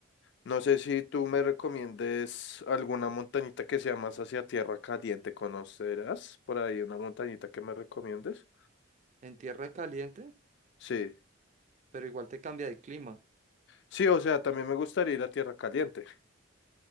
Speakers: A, on the left; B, on the right.
A: No sé si tú me recomiendes alguna montañita que sea más hacia tierra caliente, ¿conocerás por ahí una montañita que me recomiendes?
B: en tierra caliente,
A: Sí.
B: pero igual te cambia de clima.
A: Sí, o sea, también me gustaría ir a Tierra Caliente.